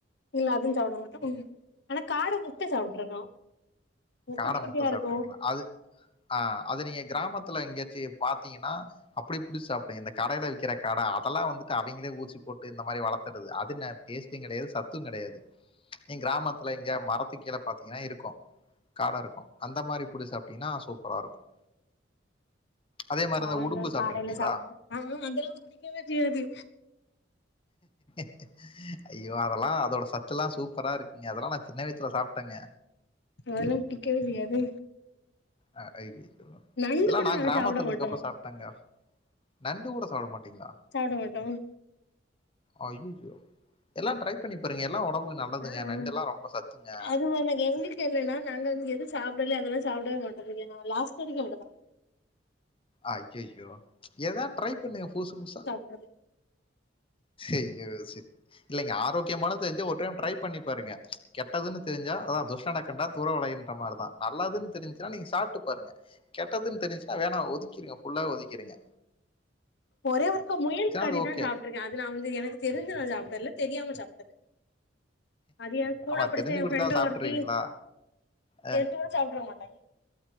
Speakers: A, on the left; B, on the left.
A: இல்ல அதுவு சாப்பட மாட்டோ அனா காட முட்ட சாப்ட்ருக்கோ
B: காட
A: குட்டி குட்டியா
B: முட்ட சாப்ட்ருகிங்களா
A: இருக்கு
B: அது ஆ அது நீங்க கிராமத்துல எங்கயாச்சி பாத்தீங்கன்னா அப்படி புடிச்சு சாப்டுங்க இந்த கடையில விக்கற காட அதல்லா வந்துட்டு அவிங்களே ஊசி போட்டு இந்தமாரி வளத்தறது அது நெ டேஸ்ட்டும் கிடையாது சத்தும் கிடையாது கிராமத்துல எங்கயாது மரத்துக்கு கீழ பாத்தீங்கன்னா இருக்கும் காடா இருக்கும் அந்த மாறி புடுச்சு சாப்டிங்னா சூப்பரா இருக்கும் அதே மாறி
A: கால்ல
B: தான் உடும்பு சாப்ட்டுருக்கீங்களா
A: காடையில சாப்ட ஆ அதெல்லாம் புடிக்கவே செய்யது
B: <inaudible> ஐயோ அதலாம் அதோட சத்துலாம் சூப்பரா இருக்குங்க அதலாம் நான் சின்ன வயசுல சாப்பிட்டேங்க
A: அதெலாம் புடிக்கவே புடிக்காது
B: ஆ ரைட் இதெல்லாம
A: நண்டு கூட
B: நா
A: நாங்க
B: கிராமத்ல
A: சாப்ட மாட்டோ
B: இருக்கப்ப சாப் ட்டங்க நண்டு கூட சாப்பிட மாட்டிங்களா
A: சாப்ட மாட்டோம்
B: அய்யய்யோ எல்லாம் ட்ரை பண்ணி பாருங்க எல்லாம் உடம்புக்கு நல்லதுங்க
A: ஆ ஆ
B: நண்டெல்லாம் ரொம்ப சத்துங்க
A: அது எனக்கு எங்களுக்கு <unintelligible> எப்படின்னா எதுலாம் நால்லது வந்து எது சாப்பிடல அ அதொம் சாப்பிடவே மாட்டங்க லாஸ்ட் வரைக்கும் அப்படிதா
B: அயோயோ எதாது ட்ரை பண்ணுங்க புதுசு புதுசா
A: ச
B: ஐயோ இல்லைங்க ஆரோக்கியமானனு தெரிஞ்ச ஒரு டைம் ட்ரை பண்ணி பாருங்க கெட்டதுன்னு தெரிஞ்சா அதான் துஷடணக்கண்டா தூர விலகி மாறி தான் நல்லதுன்னு தெரிஞ்சுன்னா நீங்க சாப்ட்டு பாருங்க கெட்டதுன்னு தெரிஞ்சுன்னா வேணா ஒக்கக்கிருங்க ஃபுல்லாவே ஒதுக்கக்கிறுங்க
A: ஒரே ஒருக்கா முயல் கறி
B: அது ஓகே
A: தான் சாப்ப அது நா வந்து எனக்கு தெரிஞ்சு சாப்ட்டதில்ல தெரியாம சாப்ட்டிருக்கேன் அது என் கூட
B: ஆமா
A: படிச்ச
B: தெரிஞ்சு
A: என்
B: குடுத்தா
A: ஃப்ரெண்ட
B: சாப்ட்ருவீங்களா
A: ஒருத்தி
B: அ
A: ச சாப்ட்ருக்க மாட்ட